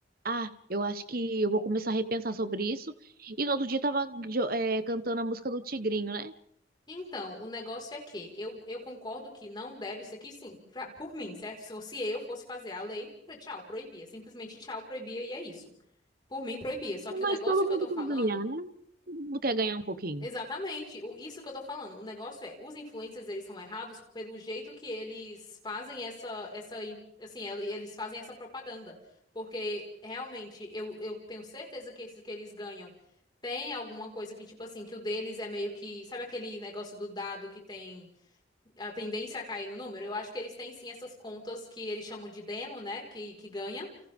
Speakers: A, on the right (about 50°); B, on the left (about 25°).
A: ah, eu acho que eu vou começar a repensar sobre isso. E no outro dia estava cantando a música do Tigrinho, né?
B: Então, o negócio é que eu, eu concordo que não deve isso aqui, sim, pra- por mim, certo? Se fosse eu fosse fazer a lei, pra- tchau, proibia. Simplesmente tchau, proibia e é isso. Por mim, proibia. Só que o
A: Mas
B: negócio
A: todo
B: que
A: mundo
B: eu tô falando,
A: quer ganhar, né? Todo mundo quer ganhar um pouquinho.
B: exatamente, o, isso que eu tô falando. O negócio é, os influencers, eles são errados pelo jeito que eles fazem essa, essa, in- assim, el- eles fazem essa propaganda. Porque, realmente, eu, eu tenho certeza que esses que eles ganham. Tem alguma coisa que, tipo assim, que o deles é meio que. Sabe aquele negócio do dado que tem a tendência a cair no número. Eu acho que eles têm sim essas contas que eles chamam de demo, né? Que, que ganha.